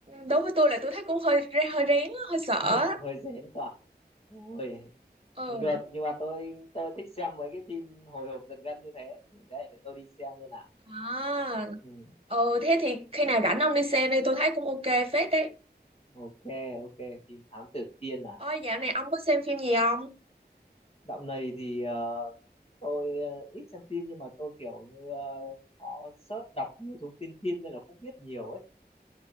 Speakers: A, on the right; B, on the left.
A: đối với tôi là tôi thấy cũng hơi hơi rén á, hơi sợ
B: Hơi,
A: á.
B: hơi rén cả. Ôi,
A: ừ
B: được, nhưng mà tôi tôi thích xem mấy cái phim hồi hộp giật gân như thế. Đấy, để tôi đi xem xem nào.
A: à
B: Ừ.
A: ừ thế thì khi nào rảnh ông đi xem đi tôi thấy cũng ok phết đấy
B: Ok, ok, phim Thám Tử Kiên à.
A: ôi dạo này ông có xem phim gì không
B: Dạo này thì ờ, tôi ờ, ít xem phim nhưng mà tôi kiểu như ờ, có search đọc nhiều thông tin phim nên là cũng biết nhiều ấy.